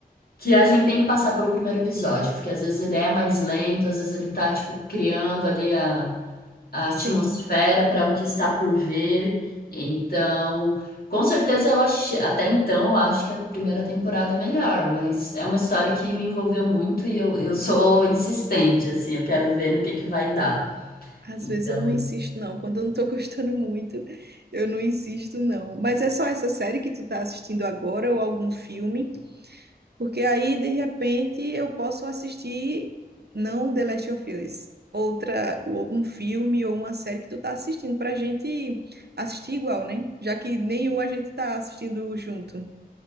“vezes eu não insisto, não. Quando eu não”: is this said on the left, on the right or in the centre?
Right